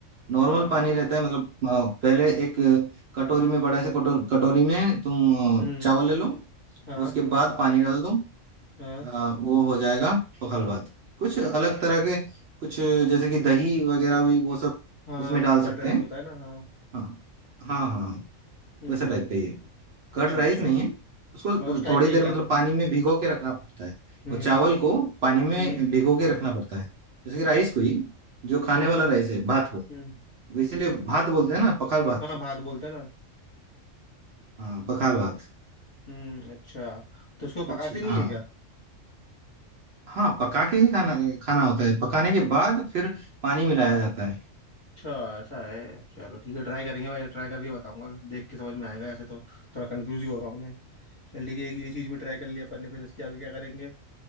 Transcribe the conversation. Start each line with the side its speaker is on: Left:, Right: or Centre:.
Right: नॉर्मल
Left: हाँ
Right: पानी रहता है मतलब अ, पहले एक कटोरी में बड़ा से कटोर, कटोरी में तुम
Left: हम्म
Right: अ, चावल ले लो
Left: हाँ
Right: उसके बाद पानी डाल दो
Left: हाँ
Right: अ, वो हो जाएगा पखल भात कुछ अलग तरह के कुछ जैसे कि दही वगैरह भी वो सब
Left: हाँ
Right: उसमें डाल
Left: कर्ड
Right: सकते
Left: राइस
Right: हैं
Left: होता है ना हाँ
Right: हाँ हाँ हाँ हाँ।
Left: हम्म
Right: वैसे टाइप का ही है कर्ड
Left: अच्छा
Right: राइस
Left: अच्छा
Right: नहीं है उसको
Left: और उस टाइप
Right: थोड़ी
Left: का
Right: देर
Left: ही है
Right: मतलब पानी में भिगो के रखना पड़ता है
Left: हम्म
Right: और चावल को पानी में
Left: हम्म
Right: भिगो के रखना पड़ता है जैसे कि राइस को ही जो खाने
Left: हम्म
Right: वाला राइस है भात को
Left: हम्म
Right: वो इसीलिए भात बोलते हैं ना पखाल भात
Left: हाँ भात बोलते हैं ना
Right: हाँ पखाल भात
Left: हम्म अच्छा तो उसको
Right: कुछ
Left: पकाती नहीं
Right: हाँ
Left: है क्या
Right: हाँ पका के ही खाना खाना होता है पकाने के बाद
Left: अच्छा
Right: फिर पानी मिलाया जाता है
Left: अच्छा ऐसा है चलो ठीक है ट्राई करेंगे भाई ट्राई करके बताऊंगा देख के समझ में आएगा ऐसे तो थोड़ा कंफ्यूज ही हो रहा हूँ मैं चल ठीक है ये चीज़ भी ट्राई कर लिया अपन ने फिर इसके आगे क्या करेंगे